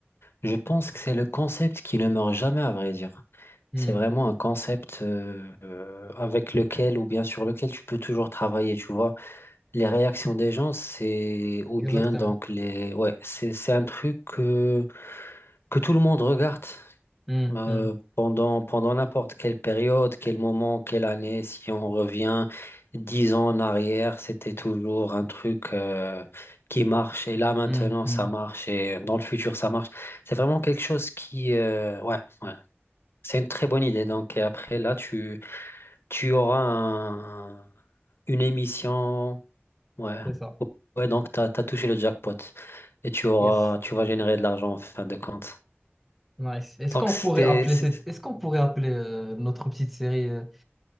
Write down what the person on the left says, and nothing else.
je pense que c'est le concept qui ne meurt jamais, à vrai dire.
C'est vraiment un concept euh, euh, avec lequel ou bien sur lequel tu peux toujours travailler, tu vois. Les réactions des gens, c'est ou
bien donc les ouais, c'est c'est un truc que que tout le monde regarde
euh,
pendant pendant n'importe quelle période, quel moment, quelle année. Si on revient dix ans en arrière, c'était toujours un truc euh, qui marche et là maintenant
ça marche et dans le futur ça marche. C'est vraiment quelque chose qui euh, ouais ouais. C'est une très bonne idée. Donc et après là tu tu auras un- une émission. Ouais.
Ouais, donc t'as, t'as touché le jackpot et tu auras,
tu vas générer de l'argent en fin de compte.
Donc
c'est,
c'est-